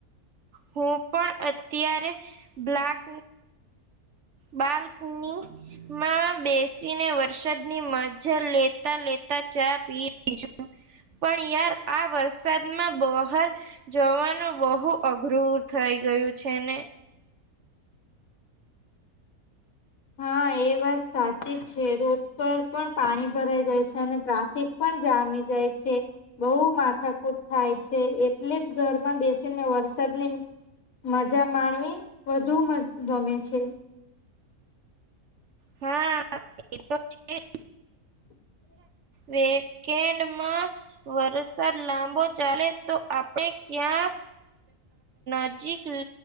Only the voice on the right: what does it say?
હું પણ અત્યારે બ્લાક બાલ્કની માં બેસીને વરસાદની મજા લેતા લેતા. ચા પી રહી છું. પણ યાર આ વરસાદમાં બહાર જવાનું બહુ ધૂર થઈ ગયું છે ને
હા એ તો છે જ.
વેકેન્ડમાં વરસાદ લાંબો ચાલે તો આપણે ક્યાક નજીક